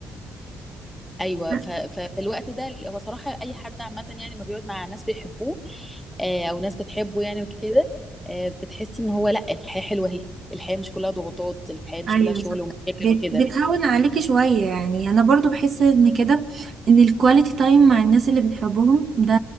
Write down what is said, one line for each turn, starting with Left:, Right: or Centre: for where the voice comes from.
Centre: ايوه
Right: <laughs>
Centre: ف- فالوقت ده هو صراحه اي حد عامه يعني ما بيقعد مع ناس بيحبوه آه، او ناس بتحبه يعني وكده آه، بتحس ان هو لا الحياه حلوه اهي الحياه مش كلها ضغوطات الحياه مش
Right: ايوه
Centre: كلها شغل
Right: صح
Centre: ومشاكل
Right: بت-
Centre: وكده
Right: بتهون عليكي شوية يعني انا برضو بحس ان كده ان الكواليتي تايم مع الناس اللي بنحبهم ده